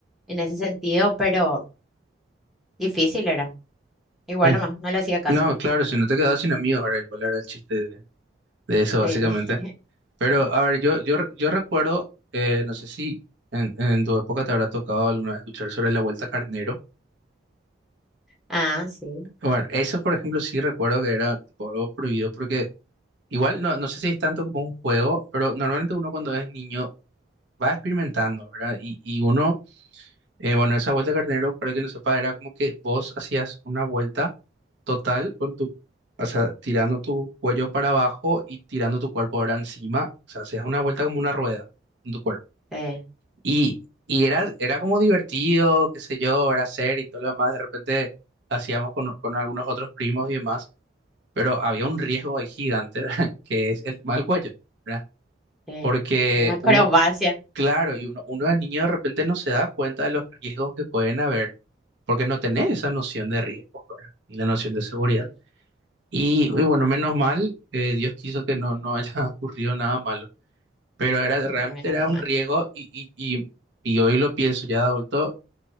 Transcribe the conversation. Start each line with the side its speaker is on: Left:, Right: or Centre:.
Centre: en ese sentido, pero difícil era. Igual
Right: mm.
Centre: nomás, no le hacía caso.
Right: No, claro, si no te quedabas sin amigos, ¿verdad? ¿Cuál era el chiste de, de eso, básicamente?
Centre: Sí.
Right: Pero,
Centre: <laughs>
Right: a ver, yo,
Centre: Sí.
Right: yo, yo recuerdo, eh, no sé si en, en tu época te habrá tocado alguna vez escuchar sobre la Vuelta a Carnero.
Centre: Ah, sí,
Right: Bueno, eso, por ejemplo, sí recuerdo que era tipo, algo prohibido porque igual no, no sé si es tanto como un juego, pero normalmente uno cuando es niño va experimentando, ¿verdad? Y, y uno Eh, bueno, esa vuelta carnero, para que no sepa, era como que vos hacías una vuelta total con tu, o sea, tirando tu cuello para abajo y tirando tu cuerpo ahora encima, o sea, hacías una vuelta como una rueda con tu cuerpo.
Centre: sí,
Right: Y, y era, era como divertido, qué sé yo, era hacer y todo lo demás, de repente hacíamos con, con algunos otros primos y demás, pero había un riesgo ahí gigante, <laughs> que es el tema del cuello, ¿verdad?
Centre: sí.
Right: Porque
Centre: Una acrobacia.
Right: uno, Claro, y uno, uno de niño de repente no se da cuenta de los riesgos que pueden haber, porque no tenés esa noción de riesgos, ¿verdad? Y la noción de seguridad.
Centre: Sí.
Right: Y, y bueno, menos mal, eh, Dios quiso que no, no haya <laughs> ocurrido nada malo, pero era,
Centre: <laughs>
Right: realmente
Centre: Menos
Right: era
Centre: mal.
Right: un riesgo y, y, y, y hoy lo pienso ya de adulto